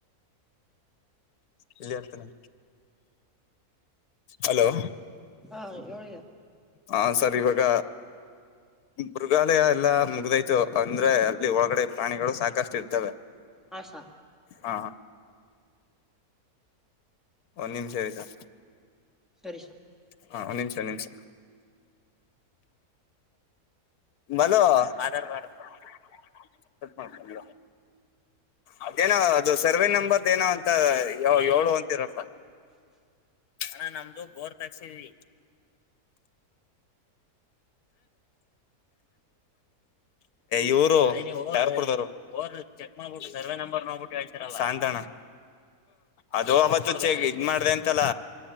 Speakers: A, on the left; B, in the centre.
A: ಇಲ್ಲಿ ಅರ್ತನೆ ಹಲೋ
B: ಹಾ ಏಳ
A: ಹ ಸರ್ ಇವಾಗ ಮೃಗಾಲಯ ಎಲ್ಲಾ ಮುಗ್ದೈ ತು ಅಂದ್ರೆ ಅಲ್ಲಿ ಒಳಗಡೆ ಪ್ರಾಣಿಗಳು ಸಾಕಷ್ಟು ಇರ್ತವೆ
B: ಹಾ ಸ
A: ಹಾ ಒಂದ್ ನಿಮಿಷ ಆಯ್ತಾ
B: ಸರಿ ಸರ್
A: ಹಾ ನಿಮಿಷ ನಿಮ್ಷ ಬಲೋಧ ಸತ್ ಮಾಡತ ಅದೇನ ಅದು ಸರ್ವೆ ನಂಬರ್ದ ಏನ ಅಂತ ಯ ಏಳು ಅಂತಿರಪ್ಪ ಅಣ ನಮ್ದು ಬೋರ್ ತಗಸಿದ್ವಿ ಇವರು ರ್ಪುರ್ದವರು ಚೆಕ್ ಮಾಡ್ಬಿು ಸರ್ವೆ ನಂಬರ್ ನೋ್ಬಿಟ್ಟುಳ್ಸರ್ ಅವ ಸಾಂತ್ಣ <inaudible> ಅದು ಆಬ್ದು ಚೆಗ ಇದ್ ಮಾಡ್ರಿ ಅಂತಲ್ಲ